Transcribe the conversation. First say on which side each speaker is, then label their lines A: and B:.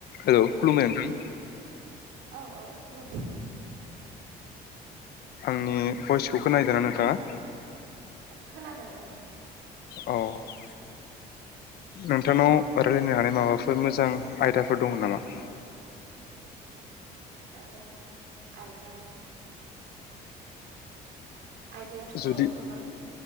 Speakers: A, on the left; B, on the right.
A: हेलोव
B: Hello
A: खलुमबाय नोंथां
B: औ औ खुलुमो
A: आंनि भइसकखौ खोनायदो ना नोंथाङा
B: खोनादों औ
A: अह नोंथांनाव रायलायनो हानाय माबाफोर मोजां आयदाफोर दङ नामा <inaudible>
B: ओ आयदा आयदायाथ‌
A: जुदि
B: दङ गोबां।